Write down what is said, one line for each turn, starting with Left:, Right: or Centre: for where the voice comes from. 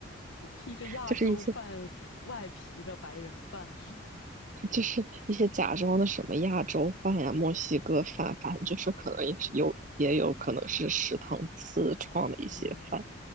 Left: 披着亚洲饭外皮的白人饭是吗？
Right: 就是一些就是一些假装的什么亚洲饭呀、墨西哥饭，反正就是可能也是有，也有可能是食堂自创的一些饭，
Left: 嗯